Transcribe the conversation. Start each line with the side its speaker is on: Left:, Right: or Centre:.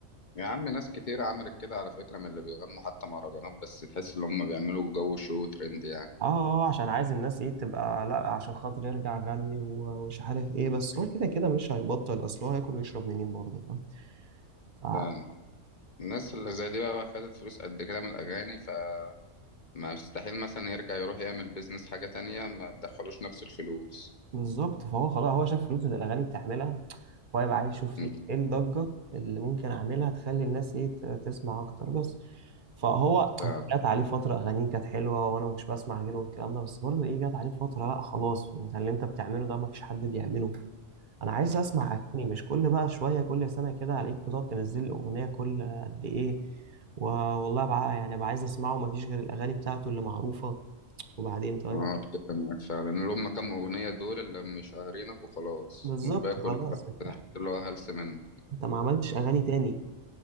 Left: يا عم ناس كتير عملت كده على فكرة من اللي بيغنوا حتى مهرجانات بس تحس ان هم بيعملوا جو شو ترند يعني
Right: اه اه اه، عشان عايز الناس ايه تبقى لا عشان خاطر يرجع غني و- ومش عارف ايه بس هو كده كده مش هيبطل اصل هو هياكل ويشرب منين برضه فاهم ف-
Left: فالناس اللي زي دي بقى, بقى خدت فلوس قد كده من الأغاني فما يستحيل مثلا يرجع يروح يعمل بيزنس حاجة تانية ما تدخلوش نفس الفلوس
Right: بالظبط فهو خلاص هو شاف فلوس اللي الاغاني بتعملها فهو يبقى عايز يشوف
Left: م،
Right: ايه إيه الضجه اللي ممكن اعملها تخلي الناس ايه ت- تسمع اكتر بس فهو
Left: ف اه
Right: جت عليه فتره اغانيه كانت حلوه وانا ما كنتش بسمع غيره والكلام ده بس برضه ايه جت عليه فتره لا خلاص انت اللي انت بتعمله ده ما فيش حد بيعمله انا عايز اسمع اغاني مش كل بقى شويه كل سنه كده عليك بتقعد تنزل لي اغنيه كل قد ايه و- والله بقى يعني بقى عايز اسمعه مفيش غير الاغاني بتاعته اللي معروفه وبعدين طيب
Left: أتفق معاك فعلا اللي هم كام أغنية دول اللي مشهرينك وخلاص
Right: بالظبط
Left: والباقي
Right: خلاص
Left: كله
Right: انت
Left: اللي هو هلس منه
Right: انت ما عملتش اغاني تاني